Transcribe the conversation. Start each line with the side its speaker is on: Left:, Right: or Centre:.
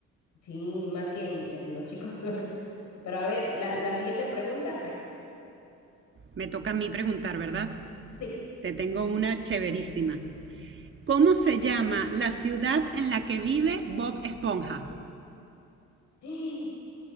Left: Sí, y más que en, en los chicos. <laughs> Pero a ver, la, la siguiente pregunta. <laughs>
Right: Me toca a mí preguntar, ¿verdad?
Left: Sí.
Right: Te tengo una chéverísima. ¿Cómo se llama la ciudad en la que vive Bob Esponja?
Left: <gasps>